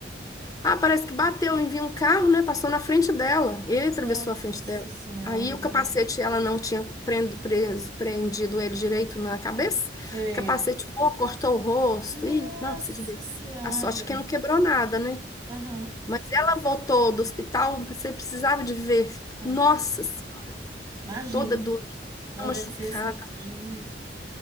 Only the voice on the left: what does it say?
Ah, parece que bateu, enviou um carro, né? Passou na frente dela. Ele atravessou
a frente dela.
Aí o
capacete, ela não tinha prendo- pres- prendido ele direito na cabeça.
O capacete voou, cortou o rosto.
Ih, não, precisa de ver.
A sorte é que não quebrou nada, né?
Mas ela voltou do hospital, você precisava de ver.
Nossa Senhora,
toda doída,
machucada.